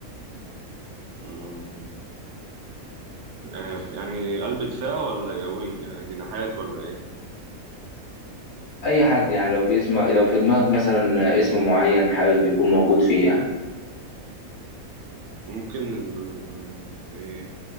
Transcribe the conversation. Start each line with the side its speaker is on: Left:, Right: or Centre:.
Right: مم. آه يعني قلب دفاع ولا يا وينج آه جناحات ولا ايه
Left: اي حد يعني لو في اسم لو في دماغك مثلا اسم معين حابب يكون موجود فيه يعني
Right: ممكن ال... ايه